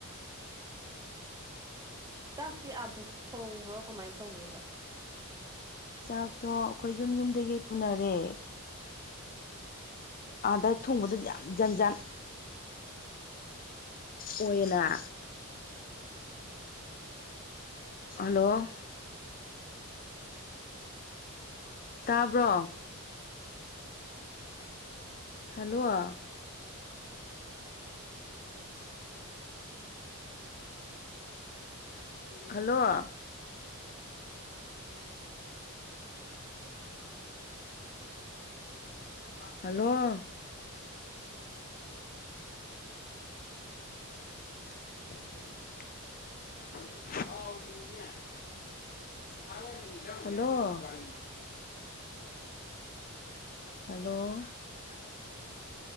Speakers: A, on the right; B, on the left.
A: ꯆꯥꯛꯇꯤ ꯑꯥꯗ ꯊꯣꯡꯕ꯭ꯔꯣ ꯀꯃꯥꯏꯅ ꯇꯧꯒꯦꯕ
B: ꯆꯥꯛꯇꯣ ꯑꯩꯈꯣꯏ ꯌꯨꯝ ꯌꯨꯝꯗꯒꯤ ꯄꯨꯅꯔꯦ ꯑꯥꯗ ꯊꯣꯡꯕꯗ ꯌꯥꯝ ꯖꯟ ꯖꯥꯟ ꯑꯣꯏꯅꯅ ꯍꯜꯂꯣ ꯇꯥꯕ꯭ꯔꯣ hello
A: <inaudible>
B: hello hello <inaudible> <unintelligible> hello hello <inaudible>